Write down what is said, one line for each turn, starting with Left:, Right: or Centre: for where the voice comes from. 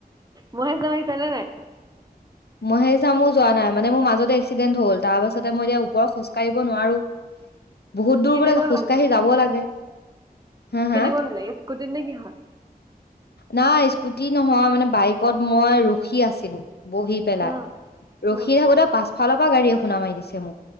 Right: মহেশজন আহিছে নে নাই?
Left: মই সেই চামো যোৱা নাই মানে মোৰ মাজতে এক্সিডেণ্ট হ'ল তাৰ পাছতে মই এতিয়া ওপৰ খোজকাঢ়িব নোৱাৰোঁ, বহুত দূৰ
Right: কেনেকৈ
Left: বোলে খোজ কাঢ়ি যাব লাগে। হা হা
Right: কেনেকুৱা হোলাগ স্কুটিত নে কিহত?
Left: নাই স্কুটি নহয় মানে বাইকত মই ৰখি আছিলোঁ। বহি পেলাই
Right: অ',
Left: ৰখি
Right: অ',
Left: থাকোতে পাছফালৰ পৰা গাড়ী এ খুন্ডা মাৰি দিছে মোক।